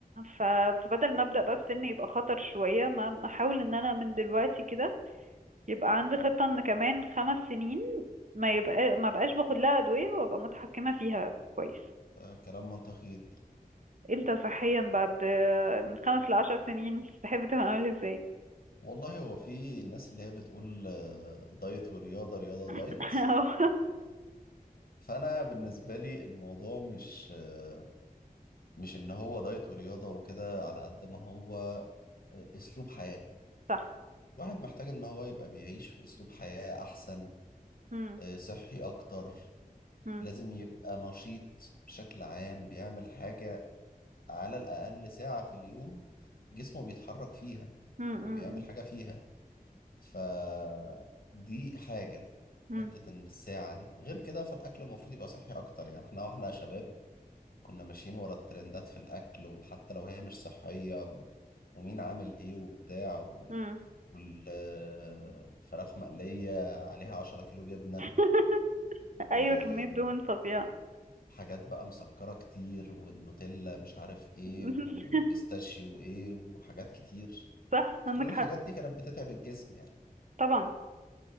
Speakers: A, on the right; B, on the left.
A: ف... فبدل ما ابدا بقى في سن يبقى خطر شوية ما ما احاول ان انا من دلوقتي كده يبقى عندي خطة ان كمان خمس سنين ما يبقى ما بقاش باخد لها ادوية وابقى متحكمة فيها كويس
B: ده كلام منطقي جدا
A: انت صحيا بعد آه، من خمس لعشر سنين تحب تبقى عامل ازاي
B: والله هو في الناس اللي هي بتقول آه، دايت ورياضة رياضة ودايت
A: <laughs> أهو.
B: فأنا بالنسبة لي الموضوع مش آه، مش إن هو دايت ورياضة وكده على قد ما هو آه، أسلوب حياة
A: صح
B: الواحد محتاج ان هو يبقى بيعيش في اسلوب حياة احسن
A: مم.
B: آه، صحي اكتر
A: مم.
B: لازم يبقى نشيط بشكل عام بيعمل حاجة على الاقل ساعة في اليوم جسمه بيتحرك فيها
A: مم. مم.
B: او بيعمل حاجة فيها فدي حاجة
A: مم.
B: حتة ان الساعة دي غير كده فالاكل المفروض يبقى صحي اكتر يعني احنا واحنا شباب كنا ماشيين ورا الترندات في الاكل وحتى لو هي مش صحية و... ومين عامل ايه وبتاع
A: مم.
B: والفراخ مقلية عليها عشرة كيلو جبنة
A: <laughs>
B: وحاجات
A: ايوه كمية دهون فظيعة
B: بقى مسكرة كتير والنوتيلا مش عارف ايه
A: <laughs>
B: وبيستاشيو ايه وحاجات كتير
A: صح
B: فكل
A: عندك
B: الحاجات
A: حق
B: دي كانت بتتعب الجسم يعني
A: طبعا